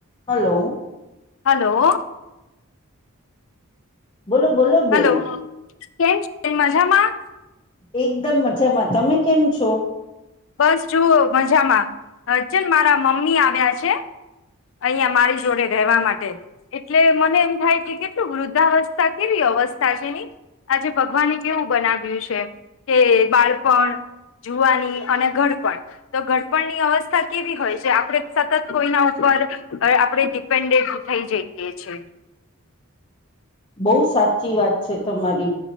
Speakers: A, on the left (about 25°); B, on the left (about 65°).
A: Hello.
B: Hello.
A: બોલો બોલો
B: હલો
A: બેન
B: કે <unintelligible> <unintelligible> મા
A: એકદમ મજામાં. તમે કેમ? છો
B: બસ જુઓ મજામાં. હન ચલ મારા મમ્મી આવ્યા છે. અહિયાં મારી જોડે રહેવા માટે એટલે મને એમ થાય કે કેટલું વૃદ્ધાવસ્થા કેવી અવસ્થા છે ની. આજે ભગવાને કેવું બનાવ્યું છે કે બાળપણ જુવાની અને ઘડપણ તો ઘડપણની અવસ્થા કેવી હોય છે. આપડે સતત કોઈના પર આપડે ડિપેન્ડેડ થઈ જઈએ છીએ.
A: બહુ સાચી વાત છે તમારી.